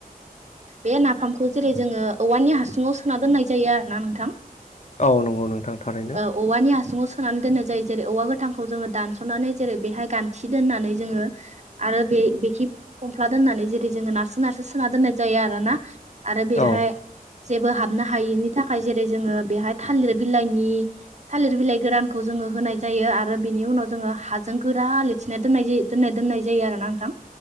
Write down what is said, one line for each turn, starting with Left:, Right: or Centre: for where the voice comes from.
Right: बे नाफामखौ जेरै जोङो औवानि हासुङाव सोना दोननाय जायो आरो ना नोंथां
Left: औ नंगौ नोंथां थारैनो
Right: ओ औवानि हासुङाव सोनानै दोननाय जायो जेरै औवा गोथांखौ जोङो दानस'नानै जेरै बेहाय गान्थि दोननानै जोङो आरो बे बेखि फमफ्ला दोननानै जेरै जोङो ना सो नारसो सोना दोननाय जायो आरोना आरो बेहाय
Left: औ
Right: जेबो हाबनो हायिनि थाखाय जेरै जोङो बेहाय थालिर बिलाइनि थालिर बिलाइ गोरानखौ जोङो होनाय जायो आरो बिनि उनाव जोङो हा जों गोरा लेथिनाय दोननाय जायो दोननाय दोननाय जायो आरो ना नोंथां